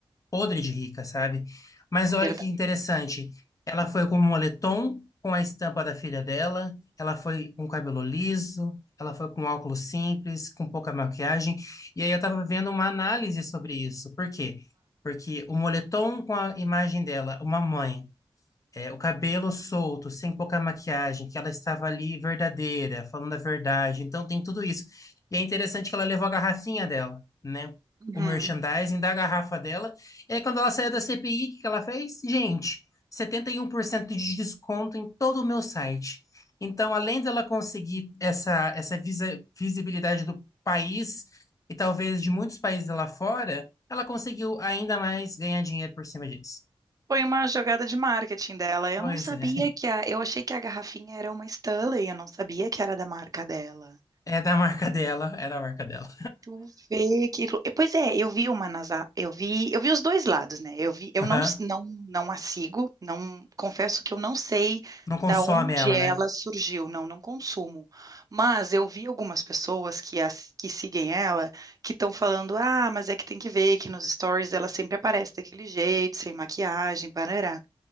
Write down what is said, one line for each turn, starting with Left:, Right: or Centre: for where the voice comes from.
Left: podre de rica, sabe? Mas olha
Right: verdade.
Left: que interessante. Ela foi com um moletom com a estampa da filha dela, ela foi com cabelo liso, ela foi com óculos simples, com pouca maquiagem. E aí eu tava vendo uma análise sobre isso. Por quê? Porque o moletom com a imagem dela, uma mãe é, o cabelo solto, sem pouca maquiagem, que ela estava ali verdadeira, falando a verdade. Então tem tudo isso. E é interessante que ela levou a garrafinha dela, né?
Right: Uhum.
Left: O merchandising da garrafa dela. E aí, quando ela saiu da CPI, o que que ela fez? Gente, 71% de desconto em todo o meu site. Então, além dela conseguir essa, essa visi- visibilidade do país e talvez de muitos países lá fora, ela conseguiu ainda mais ganhar dinheiro por cima disso.
Right: Foi uma jogada de marketing dela. Eu
Left: Pois
Right: não sabia
Left: é.
Right: que a. Eu achei que a garrafinha era uma Stanley, eu não sabia que era da marca dela.
Left: É da marca dela, é da marca dela.
Right: Tu vê que. lou- Pois é, eu vi uma nas. a- Eu vi, eu vi os dois lados, né? Eu vi, eu
Left: Aham.
Right: não, s- não, não a sigo, não confesso que eu não sei
Left: Não consome
Right: da onde
Left: ela,
Right: ela
Left: né?
Right: surgiu, não, não consumo. Mas eu vi algumas pessoas que, as, que seguem ela que estão falando, ah, mas é que tem que ver que nos stories ela sempre aparece daquele jeito, sem maquiagem, parará.